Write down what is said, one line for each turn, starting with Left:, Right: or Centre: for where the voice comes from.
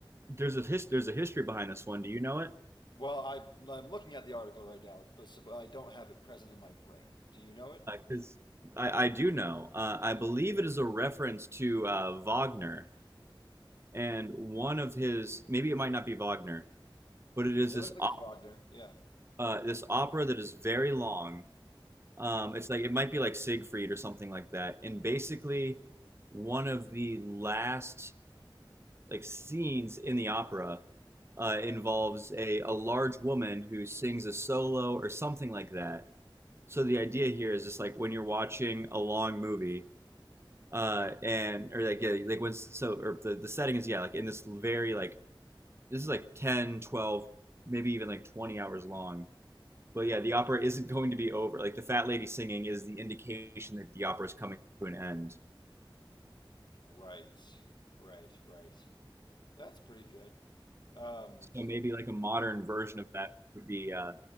Right: There's a his, there's a history behind this one. Do you know it?
Left: well, I, I'm looking at the article right now, but, so, but I don't have it present in my brain. Do you know it?
Right: Because I, I do know. Uh, I believe it is a reference to uh, Wagner and one of his. Maybe it might not be Wagner, but it is
Left: It
Right: this
Left: looks like
Right: op-
Left: it's Wagner. Yeah.
Right: uh, this opera that is very long. Um, it's like it might be like Siegfried or something like that. And basically, one of the last like scenes in the opera uh, involves a a large woman who sings a solo or something like that So the idea here is just like when you're watching a long movie, uh, and or like yeah, like when so or the the setting is yeah, like in this very like this is like 10, 12, maybe even like 20 hours long. But yeah, the opera isn't going to be over. Like the fat lady singing is the indication that the opera is coming to an end.
Left: Right. Right. Right. That's pretty good. Um,
Right: So maybe like a modern version of that would be uh,